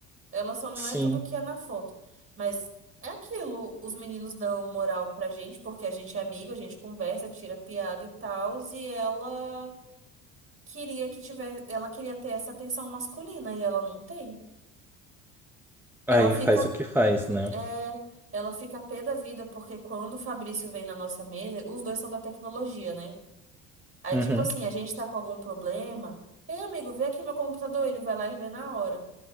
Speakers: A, on the right; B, in the centre.
A: Ela só não
B: Sim.
A: é tudo o que é na foto. Mas é aquilo, os meninos dão moral pra gente, porque a gente é amigo, a gente conversa, tira piada e tal, e ela queria que tivesse, ela queria ter essa atenção masculina e ela não tem. Ela
B: Aí
A: fica,
B: faz o que faz, né?
A: é, ela fica pé da vida, porque quando o Fabrício vem na nossa mesa, os dois são da tecnologia, né? Aí,
B: Uhum.
A: tipo assim, a gente tá com algum problema. Ei, amigo, vê aqui meu computador, ele vai lá e vê na hora.